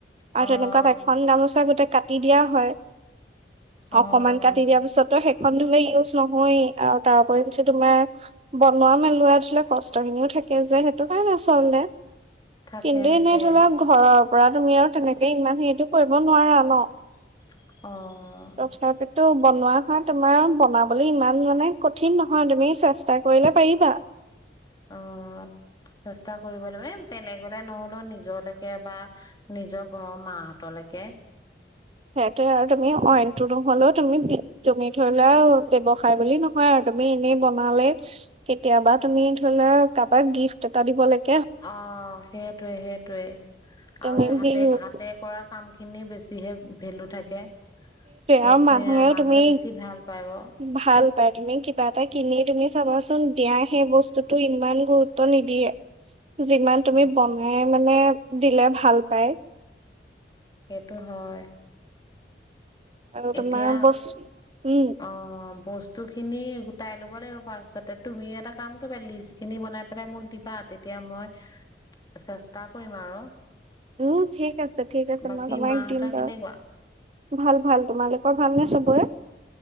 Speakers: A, on the left; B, on the right.
A: অ',
B: আৰু তেনেকুৱাত এখন গামোচা গোটেই, কাটি দিয়া হয়।
A: অ'।
B: অকমান কাটি দিয়া পিছত, তো সেইখন ধৰা ইউজ নহয়ে আৰু তাৰ ওপৰৰ ইঞ্চি তোমাৰ বনোৱা মেলোৱা ধৰা কষ্ট কষ্ট খিনিও থাকে যে উপায় নাই চলে
A: থাকে
B: কিন্তু,
A: থাকে
B: এনেই ধৰক ঘৰত পৰা তুমি আৰু, তেনেকেই ইমান হেৰিটো কৰিব নোৱাৰা ন?
A: অ'
B: তথাপিতো বনোৱা হয়, তোমাৰ বনাবলৈ ইমান মানে কঠিন নহয়, তুমি চেষ্টা কৰিলে পাৰিবা।
A: অ, চেষ্টা কৰিব লাগিব এ, বেলেগলে নহ'লেও নিজলৈকে বা নিজৰ ঘৰৰ মাহঁতলৈকে।
B: সেইটোৱে আৰু তুমি অইনটো নহলেও তুমি, তুমি ধৰি লোৱা ব্যৱসায় বুলি নহয় আৰু তুমি এনেই বনালে কেতিয়াবা তুমি ধৰি লোৱা কাবাক গিফট এটা দিবলেকে,
A: অ' সেইটোৱে, সেইটোৱে
B: তুমি
A: আৰু
B: সেইটোৱে
A: হাতে, হাতে কৰা কাম খিনি বেছিহে ভেলো থাকে। বেছি,
B: আৰু মানুহেও
A: মানুহে
B: তুমি
A: বেছি ভাল পাব।
B: ভাল তুমি কিবা এটা কিনি তুমি চাবাচোন, দিয়া সেই বস্তুটো ইমান গুৰুত্ব নিদিয়ে। যিমান তুমি
A: অ'।
B: বনাই মানে দিলে ভাল পায়।
A: সেইটো হয়।
B: আৰু,
A: এতিয়া
B: তোমাৰ বস্তু উম
A: অ বস্তুখিনি গোটাই ল'ব লাগিব, ফাৰ্ষ্টতে তুমি এটা কাম কৰিবা লিষ্ট খিনি বনাই পেলাই মোক দিবা তেতিয়া মই চেষ্টা কৰিম আৰু।
B: উম ঠিক আছে ঠিক আছে
A: বাকী
B: মই তোমাইক
A: মাহঁতৰ
B: দিম দ
A: কেনেকুৱা
B: ভাল ভাল তোমালোকৰ ভালনে সবৰে?